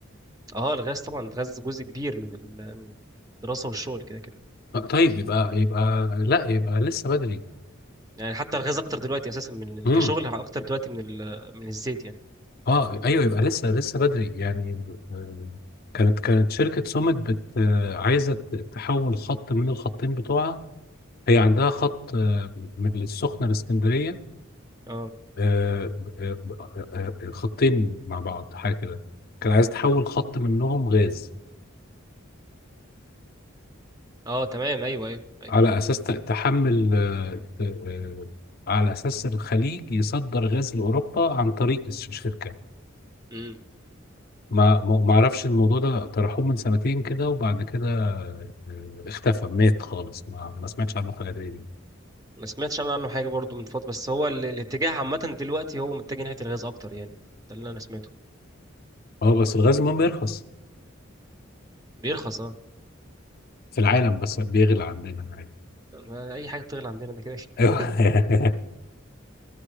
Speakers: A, on the right; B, on the left.
A: اه الغاز طبعا الغاز جزء كبير من ال- من الدراسه والشغل كده كده
B: آه، طيب يبقى يبقى لا يبقى لسه بدري
A: يعني حتى الغاز اكتر دلوقتي اساسا من ال-
B: امم
A: كشغل اكتر دلوقتي من ال- من الزيت يعني
B: اه ايوه يبقى لسه لسه بدري يعني ب- آه، كانت كانت شركه سوميت بت آه، عايزه ت- تحول خط من الخطين بتوعها هي عندها خط آه، من السخنه لاسكندريه
A: اه
B: آه، آه، آه، آه، آه، خطين مع بعض حاجه كده كان عايز تحول خط منهم غاز
A: اه تمام ايوه ايوه ايوه
B: على اساس ت- تحمل آه، ت- آه، على اساس الخليج يصدر غاز لاوروبا عن طريق الش- الشركه
A: امم
B: ما ما ما اعرفش الموضوع ده طرحوه من سنتين كده وبعد كده آه، اختفى مات خالص ما, ما سمعتش عنه حاجه تاني
A: ما سمعتش انا عنه حاجه برضو من فتره بس هو ال- الاتجاه عامه دلوقتي هو متجه ناحيه الغاز اكتر يعني ده اللي انا سمعته
B: اه بس الغاز المهم يرخص
A: بيرخص اه
B: في العالم بس بيغلى عندنا عادي
A: ما اي حاجه بتغلى عندنا انا كده
B: ايوه
A: كده <laughs>